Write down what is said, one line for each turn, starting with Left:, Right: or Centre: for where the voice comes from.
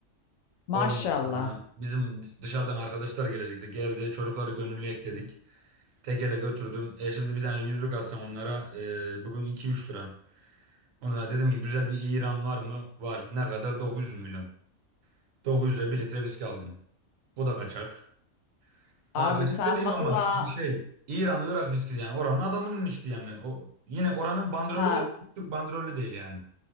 Left: Maşallah.
Right: Ondan sonra bizim dışarıdan arkadaşlar gelecekti. Geldi çocukları gönüllü ekledik. Tekele götürdüm. E şimdi bir tane yüzlük atsam onlara eee, bugün iki üç lira. Ondan sonra dedim ki güzel bir İran var mı? Var. Ne kadar? 900 milyon. 900'e
Left: Aha.
Right: bir litre viski aldım. O da kaçak. Ha
Left: Abi
Right: kaçak
Left: sen
Right: dediğim
Left: valla
Right: ama bu şey İran Irak viskisi yani oranın adamının işte yani o yine oranın bandrolü
Left: ha
Right: var Türk bandrolü değil yani.